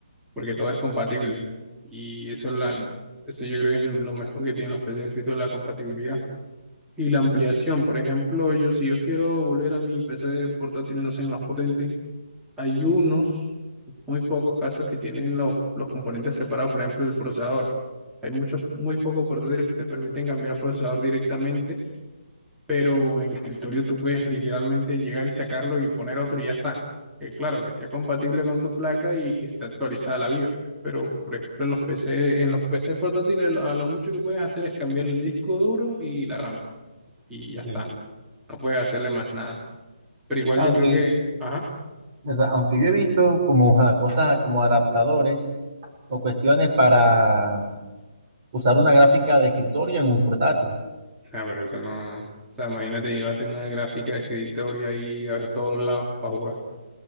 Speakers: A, in the centre; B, on the right.
A: porque todo es compatible. Y eso, es la, eso yo creo que es lo mejor que tienen los PCs escritos, la compatibilidad. Y la ampliación, por ejemplo, yo si yo quiero volver a mi PC de portátil, no sé, más potente, hay unos, muy pocos casos que tienen los, los componentes separados, por ejemplo, el procesador. Hay muchos, muy pocos portátiles que te permiten cambiar el procesador directamente pero en escritorio tú puedes literalmente llegar y sacarlo y poner otro y ya está. Que claro, que sea compatible con tu placa y que esté actualizada la BIOS. Pero, por ejemplo, en los PC, en los PCs portátiles, lo- a lo mucho que puedes hacer es cambiar el disco duro y la RAM. Y ya está.
B: Sí.
A: No puedes hacerle más nada. Pero igual
B: Aunque
A: yo creo que, ajá,
B: O sea, aunque yo he visto como ajá, cosas como adaptadores o cuestiones para usar una gráfica de escritorio en un portátil,
A: ah, pero eso no. O sea, imagínate, llévate una gráfica de escritorio ahí a todos lados para jugar.